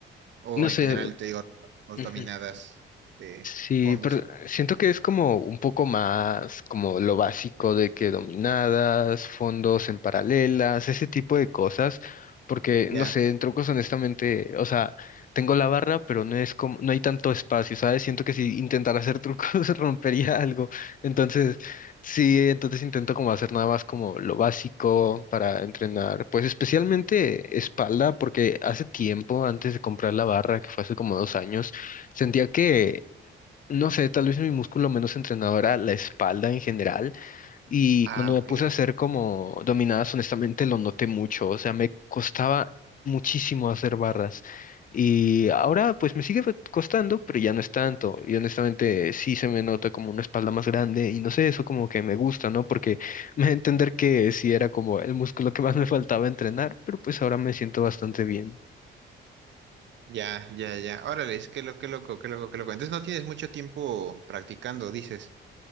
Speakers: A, on the right (about 65°); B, on the left (about 45°).
A: O
B: No
A: en
B: sé.
A: general, te digo, los
B: ujú.
A: dominadas de
B: Sí,
A: fondos
B: pero
A: y...
B: siento que es como un poco más como lo básico de que dominadas, fondos en paralelas, ese tipo de cosas, porque
A: Ya.
B: no sé, en trucos honestamente, o sea, tengo la barra, pero no es como, no hay tanto espacio, ¿sabes? Siento que si intentara hacer trucos <laughs> rompería algo. Entonces, sí, entonces intento como hacer nada más como lo básico para entrenar, pues especialmente espalda, porque hace tiempo, antes de comprar la barra, que fue hace como dos años, Sentía que no sé, tal vez mi músculo menos entrenado era la espalda en general y
A: Ah,
B: cuando
A: ok.
B: me puse a hacer como dominadas, honestamente lo noté mucho, o sea, me costaba muchísimo hacer barras y ahora pues me sigue costando, pero ya no es tanto y honestamente sí se me nota como una espalda más grande y no sé, eso como que me gusta, ¿no? Porque <laughs> me da a entender que sí era como el músculo que más me faltaba entrenar, pero pues ahora me siento bastante bien.
A: Ya, ya, ya. Órale, qué, lo, qué loco, qué loco, qué loco. Entonces no tienes mucho tiempo practicando, dices.